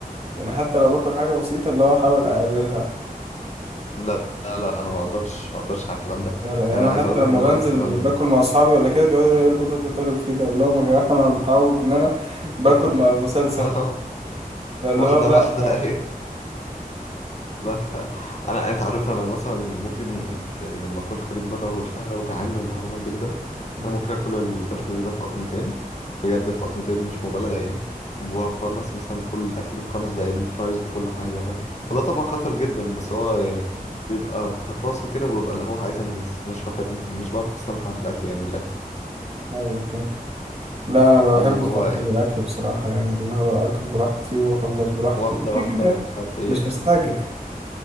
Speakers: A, on the right (about 40°); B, on the left (about 45°).
A: يعني حتى لو باكل حاجه بسيطه اللي هو احاول اقللها
B: لا لا لا انا ما اقدرش ما اقدرش على الكلام ده
A: لا لا يعني
B: يعني
A: انا
B: عايز
A: حتى
B: اقول
A: لما
B: لك ان
A: بنزل
B: انا مثلا
A: باكل مع اصحابي ولا كده بيقعدوا يقولوا ايه البطل اللي انت بتاكل فيه ده اللي هو يا جماعه <laughs> انا متعود ان انا باكل
B: متعة
A: مع المسلسل
B: <laughs>
A: فاللي
B: واحدة
A: هو لا
B: واحدة أيوة لا أنا أنت عارف أنا مثلا ممكن يعني لما أكون خارج بره وحاجة وجعان اللي هو جدا
A: <laughs>
B: أنا ممكن آكل البرجر ده في قطمتين بجد في قطمتين مش مبالغة يعني وأخلص مثلا كل الأكل في خمس دقايق بالفرايز بكل حاجة فاهم فده طبعا خطر جدا بس هو يعني بيبقى تفاصيل كده وبيبقى اللي هو عايز أنجز مش بحب مش بعرف أستمتع بالأكل يعني من الآخر
A: يعني. لا انا بحب
B: اللي هو
A: استمتع
B: إيه،
A: بالاكل بصراحه يعني اللي هو اكل براحتي واخلص براحتي
B: واحدة
A: كده
B: واحدة
A: كده
B: ومش عارف إيه
A: مش مستعجل